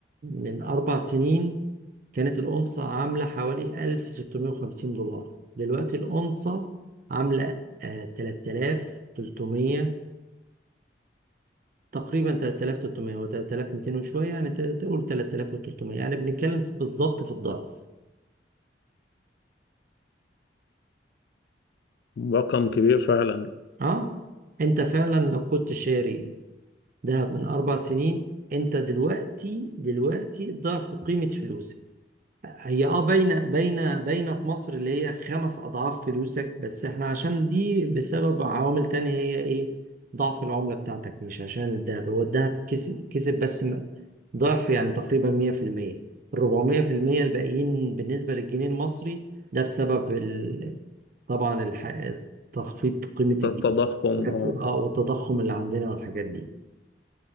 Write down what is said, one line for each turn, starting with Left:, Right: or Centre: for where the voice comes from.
Right: من أربع سنين كانت الأنثى عاملة حوالي 1650 دولار دلوقتي الأنثى عاملة آه، 3300 تقريبا 3300 و 3200 وشوية يعني ت- تقول 3300 يعني بنتكلم في- بالظبط في الضعف
Left: رقم كبير فعلا
Right: اه انت فعلا لو كنت شاري دهب من أربع سنين انت دلوقتي دلوقتي ضعف قيمة فلوسك هي اه باينه باينه باينه في مصر اللي هي خمس اضعاف فلوسك بس احنا عشان دي بسبب عوامل تانية هي ايه ضعف العمله بتاعتك مش عشان الدهب هو الدهب كسب كسب بس م- ضعف يعني تقريبا 100% ال 400% الباقيين بالنسبه للجنيه المصري ده بسبب ال... طبعا الح... تخفيض قيمه الجنيه
Left: التضخم اه
Right: اه والتضخم اللي عندنا والحاجات دي